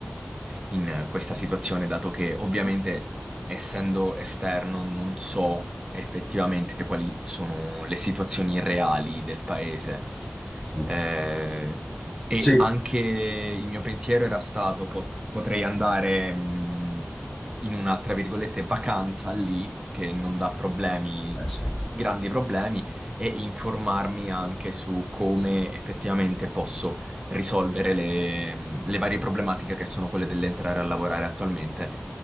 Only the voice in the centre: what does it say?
sì.
Sì, Eh
sì.